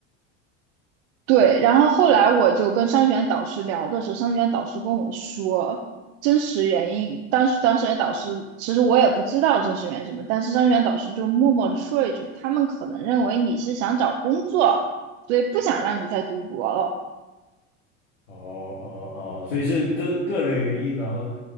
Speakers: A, on the right; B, on the left.
A: 对，然后后来我就跟商学院导师聊的时候，商学院导师跟我说真实原因。当时当时的导师其实我也不知道真实原因是什么，但是商学院导师就默默的说了一句，他们可能认为你是想找工作，所以不想让你再读博了。
B: 哦哦哦，所以是个个人原因，然后